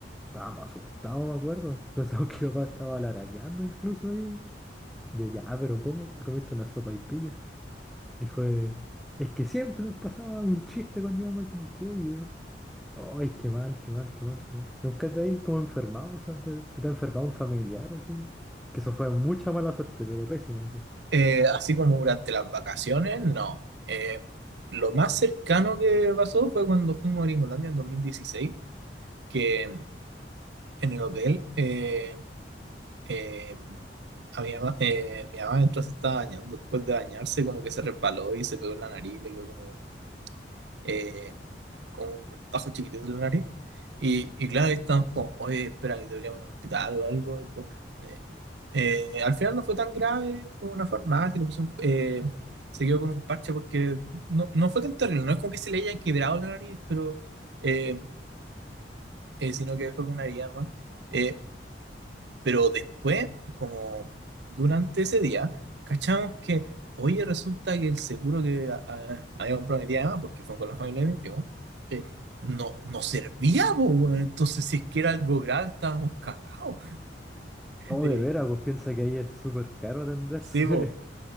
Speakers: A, in the centre; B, on the right.
A: Estábamos asustados, me acuerdo. <laughs> Pensamos que mi papá estaba laraqueando incluso ahí. De ya, "Ah, pero ¿cómo? Te comiste una sopa y pilla. Y fue. Es que siempre nos pasaba un chiste cuando íbamos a Quinquello. Ay, qué mal, qué mal, qué mal, qué mal. ¿Nunca te has como enfermado? O sea, te- ¿se te ha enfermado un familiar así? Que eso fue mucha mala suerte, pero pésima, así.
B: Eh, así como durante las vacaciones, no. Eh, lo más cercano que pasó fue cuando fuimos a Gringolandia en 2016, que en el hotel eh, eh, a mi mamá, eh, mi mamá mientras se estaba bañando, después de bañarse, como que se resbaló y se pegó en la nariz, le quedó como eh, con un bajo chiquitito de la nariz Y, y claro, ahí estamos como, oye, espera, que deberíamos ir al hospital o algo. pues, eh, eh, al final no fue tan grave, fue una farmacia, le puse un- eh, se quedó con un parche porque no, no fue tan terrible, no es como que se le haya quebrado la nariz, pero eh, eh, sino que fue con una herida nomás. Eh, pero después, como durante ese día, cachamos que, oye, resulta que el seguro que a- a- había comprado mi tía Emma, porque fue con la familia de mi primo, eh, no, no servía, po, weón. Entonces, si es que era algo grave, estábamos cagados.
A: Oh,
B: Eh,
A: de veras, pues piensa que ahí es súper caro atenderse.
B: sí, po,